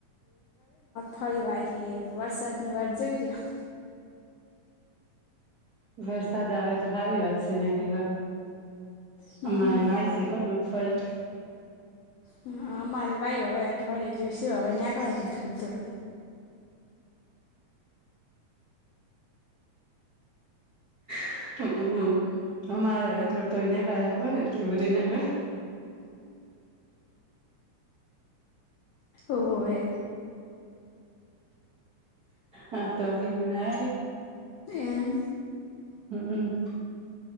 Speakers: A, on the left (about 80°); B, on the right (about 50°).
A: ફરી વાય હે વરસાદની વાત જોય રયા.
B: વરસાદ આવે તો સારી વાત છે એને કઈ તો.
A: હમ
B: અમારે વાય છે કોણ મગફળી.
A: હા અમારી ભાઈ હવે અઠવાડિયે દિવસી હવે નીકળ થોડું થોડું.
B: <unintelligible> મારે હવે થોડ તો અયા ક એટ બધુંં ક
A: ઓવે.
B: હા તોની બુનાયા હે.
A: એમ
B: હમ્મ.